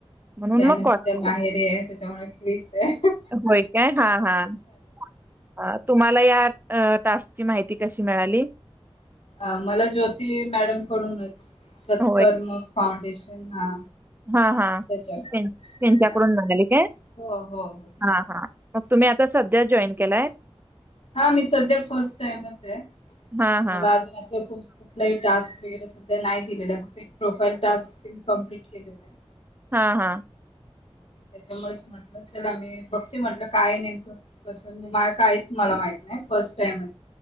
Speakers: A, on the right (about 20°); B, on the left (about 75°).
A: म्हणून
B: त्याना
A: मग कॉल
B: सुध्या
A: केला.
B: माहेरी आहे त्याच्यामुळे फडीचे
A: होय काय हा हा तुम्हाला या अ टास्कची माहिती कशी मिळाली
B: अ मला ज्योती मॅडम कडूनच सत्कर्म
A: होय.
B: फड स्टेशन हा
A: हां, हां.
B: त्याच्या कड
A: त्यां त्यांच्याकडून मिळाली काय?
B: हो हो हो त्याच्या
A: हां, हां.
B: कड
A: मग तुम्ही आता सध्या जॉईन केलाय
B: हा मी सध्या फर्स्ट टाईमच आहे आणि
A: हां, हां.
B: मला अजून असं कुठलाही टास्क नाही दिलेला प्रोफाईल टस्क कंप्लिट केला आहे
A: हा हा
B: त्याच्यामुळेच म्हटलं चला आम्ही बघते म्हटलं काय नेमकं कसंला काहीच मला माहित नाही फर्स्ट टाईमं